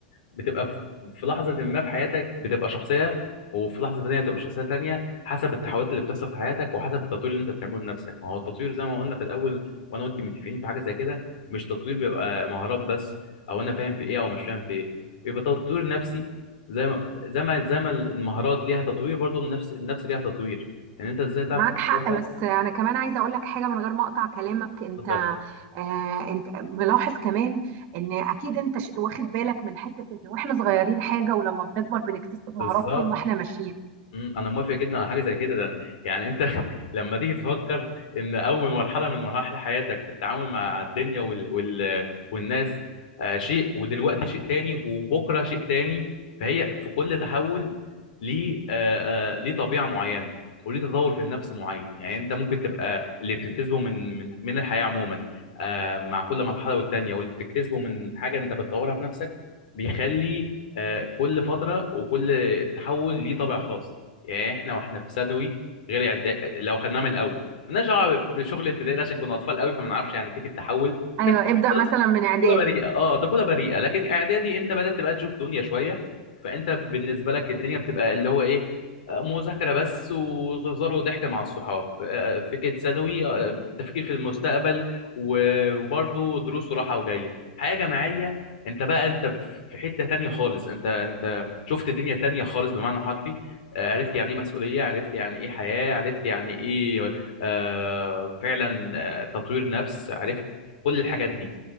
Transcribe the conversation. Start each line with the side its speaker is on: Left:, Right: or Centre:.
Left: بتبقى في في لحظة ما في حياتك بتبقى شخصية وفي لحظة تانية بتبقى شخصية تانية حسب التحولات اللي بتحصل في حياتك وحسب التطوير اللي انت بتعمله لنفسك ما هو التطوير زي ما قلنا في الأول وانا وانت متفقين في حاجة زي كده مش تطوير بيبقى مهارات بس او انا فاهم في ايه او مش فاهم في ايه بيبقى تطوير نفسي زي ما زي ما زي ما المهارات ليها تطوير برضو النفس النفس ليها تطوير ان يعني انت ازاي تعرف
Right: معاك
Left: تتقبل
Right: حق بس انا كمان عايزه اقول لك حاجه من غير ما اقطع كلامك
Left: اتفضل.
Right: انت آه انت ملاحظ كمان ان اكيد انت ش- واخد بالك من حته ان واحنا صغيرين حاجه ولما بنكبر بنكتسب
Left: بالظبط
Right: مهارات طول ما احنا ماشيين
Left: مم، انا موافق جدا على حاجه زي كده ده يعني انت <laughs> لما تيجي تفكر ان اول مرحله من مراحل حياتك في التعامل مع الدنيا وال... وال... والناس آه شيء ودلوقتي شيء تاني وبكره شيء تاني فهي في كل تحول ليه آه آه ليه طبيعه معينه وليه تطور في النفس معين يعني انت ممكن تبقى اللي بتكتسبه من من من الحياه عموما آه مع كل مرحله والتانيه واللي بتكتسبه من حاجه انت بتطورها في نفسك بيخلي آه كل فتره وكل تحول ليه طابع خاص يعني احنا واحنا في ثانوي غير اعداد لو خدناها من الاول مالناش دعوه بشغل ابتدائي ده عشان كنا اطفال قوي فما نعرفش يعني فكره التحول
Right: ايوه
Left: كانت
Right: ابدا مثلا من اعدادي
Left: طفوله بريئه اه طفوله بريئه لكن اعدادي انت بدات تبقى تشوف دنيا شويه فانت بالنسبه لك الدنيا بتبقى اللي هو ايه آه، مذاكره بس وهزار وضحك مع الصحاب آه، فكره ثانوي آه، التفكير في المستقبل و- وبرضه دروس وراحه وجايه حياه جماعيه انت بقى انت في حته تانية خالص انت انت شفت دنيا تانية خالص بمعنى حرفي آه، عرفت يعني ايه مسؤوليه عرفت يعني ايه حياه عرفت يعني ايه آه، فعلا آه، تطوير نفس عرفت كل الحاجات دي